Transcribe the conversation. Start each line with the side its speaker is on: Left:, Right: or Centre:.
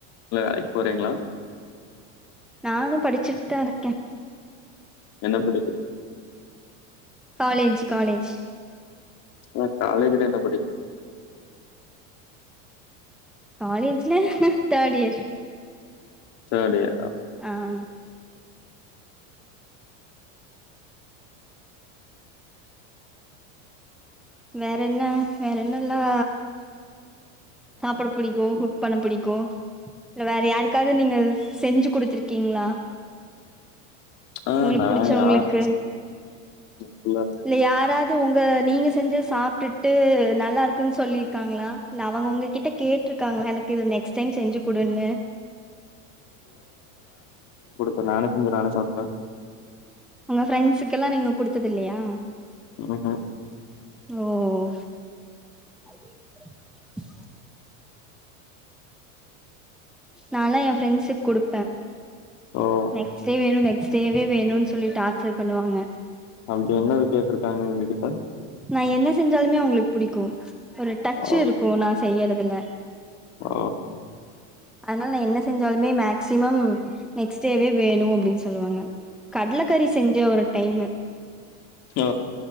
Left: வேலைக் போறீங்ளா
Centre: நானு படிச்சுட்டு தா இருக்கேன்.
Left: என்ன பிடிக்க
Centre: காலேஜ்- காலேஜ்
Left: ஆனா காலேஜ்ல என்ன பிடிக்கும்
Centre: காலேஜ்ல தேர்டியர்
Left: தேடியரா
Centre: ஆஹ்ஹ வேறென்ன - வேறென்னலா சாப்ட புடிக்கும், குக் பண்ண புடிக்கும் இ வேற யாருக்காவது நீங்க செஞ்சு குடுத்துருக்கீங்களா
Left: ஆ
Centre: உங்களுக்கு
Left: நான்
Centre: புடிச்சவங்களுக்கு,
Left: யார் அப்புல்லா
Centre: இல்ல யாராது உங்க நீங்க செஞ்ச சாப்ட்டு-ட்டு நல்லா இருக்குன்னு சொல்லிிருக்காங்களா இல்ல அவங்க உங்க கிட்ட கேட்டிருக்காங்களா எனக்கு இது நெக்ஸ்டைம் செஞ்சு கொடுனு
Left: ச நானேசெஞ்சி, நானே சாப்ட
Centre: உங்க ஃரெண்ட்ஸுக்கு எல்லா நீங்க குடுத்தது இல்லயா
Left: ம்ஹூம்
Centre: ஓஉ <unintelligible> நால்லா என் ஃப்ரெண்ட்ஸுக்கு குடுப்பேன்
Left: ஓ
Centre: நெக்ஸ்டே வேணும், நெக்ஸ்ட் டேவே வேணும்ன்னனு சொல்லி டார்ச்சர் பண்ணுவாங்க
Left: அப்படி என்னது கேட்டருக்காங்க உங்ககிட்ட
Centre: நா என்ன செஞ்சாலுமே அவங்களுக்கு புடிக்கு, ஒரு டச்சு
Left: ஓ
Centre: இருக்கு, நா செய்யறதுல
Left: ஓ
Centre: அதனால நா என்ன செஞ்சாலுமே மேக்சிமம் நெக்ஸ்டேவே வேணு அப்டின்னு சொல்லுவாங்க கடலக்கறி செஞ்ச ஒரு டைமு
Left: ஆ